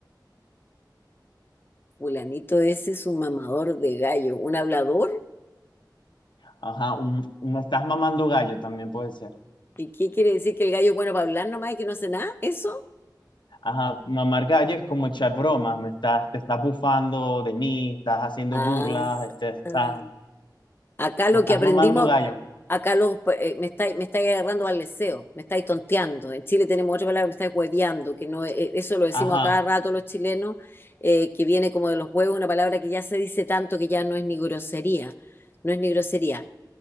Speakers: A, on the left; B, on the left.
A: Fulanito ese es un mamador de gallo, un hablador.
B: Ajá, un, un- me estás mamando gallo también puede ser.
A: ¿Y qué quiere decir que el gallo es bueno para hablar nomás y que no hace nada? ¿Eso?
B: Ajá, mamar gallo es como echar bromas, me estás, te estás bufando de mí, estás haciendo
A: Ah,
B: burlas, este, estás,
A: ah. acá lo
B: me estás
A: que aprendimos,
B: mamando gallo.
A: Acá los, pues, eh, me estáis me estáis agarrando al leseo, me estáis tonteando. En Chile tenemos otra palabra, me estáis hueveando, que no, eh, eso lo decimos
B: Ajá,
A: a cada rato los chilenos, eh, que viene como de los huevos, una palabra que ya se dice tanto que ya no es ni grosería, no es ni grosería.